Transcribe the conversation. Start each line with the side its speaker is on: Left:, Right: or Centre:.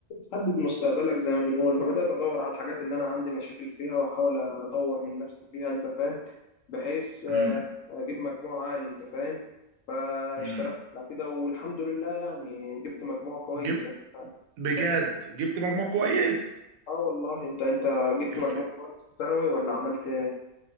Left: حدد مستقبلك زي ما بنقول فبدأت أدور على الحاجات اللي أنا عندي مشاكل فيها وأحاول أطور من نفسي فيها أنت فاهم بحيث آه،
Right: امم
Left: أجيب مجموع عالي أنت فاهم فاشتغلت
Right: امم
Left: على كده والحمد لله يعني جبت مجموع كويس
Right: جبت
Left: أنت فاهم
Right: بجد
Left: أنت جبت
Right: جبت مجموع كويس
Left: آه والله أنت أنت جبت
Right: ف-
Left: مجموع كويس في الثانوي ولا عملت إيه؟